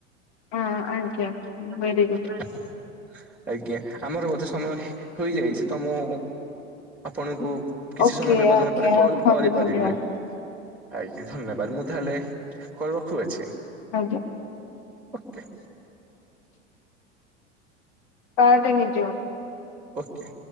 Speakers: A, on the left; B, in the centre.
A: ହଁ ଆଜ୍ଞା
B: ହଁ ଆଜ୍ଞା
A: ଭେରି ଗୁଡ୍।
B: <inaudible> ଆଜ୍ଞା ଆମର ବୋଧେ ସମୟ ହୋଇଯାଇଛି ତ ମୁଁ ଆପଣଙ୍କୁ। କିଛି
A: ଓକେ
B: ସମୟ ବ୍ୟବଧାନ
A: ଆଜ୍ଞା
B: ପରେ
A: ରଖନ୍ତୁ
B: କଲ କରିପାରିବି।
A: ଧନ୍ୟବାଦ
B: ଆଜ୍ଞା ଧନ୍ୟବାଦ ମୁଁ ତାହେଲେ କଲ ରଖୁଅଛି।
A: ଆଜ୍ଞା।
B: ଓକେ।
A: କା ଟେ ନିଜ।
B: ଓକେ।